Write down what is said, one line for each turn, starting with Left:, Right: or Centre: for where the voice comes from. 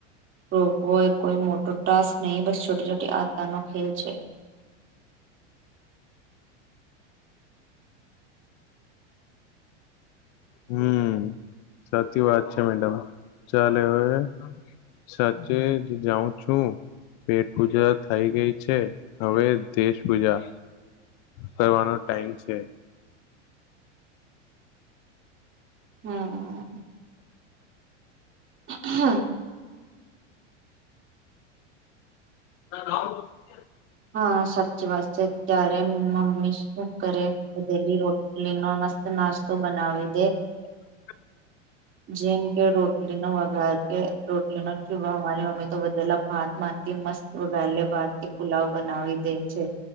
Right: રોકવો એ કોઈ મોટો ટાસ્ક નહીં બસ છોટી છોટી આતારનો ખેલ છે.
Left: હમ સાચી વાત છે મેડમ ચાલ હવે સાચે જ જાઉં છું પેટ પૂજા થઈ ગઈ છે હવે દેશ પૂજા કરવાનો ટાઈમ છે.
Right: હમ હમ
Left: ના નાવા ગો છુ
Right: હા સાચી વાત છે. ત્યારે મમ્મી શું કરે બધેલી રોટલી નો મસ્ત નાસ્તો બનાવી દે
Left: <inaudible>
Right: જેમ કે રોટલી નો વઘાર કે રોટલી નથી વો અમે તો વદેલા ભાત માનતી મસ્ત વડલે ભાત કે પુલાવ બનાવી દે છે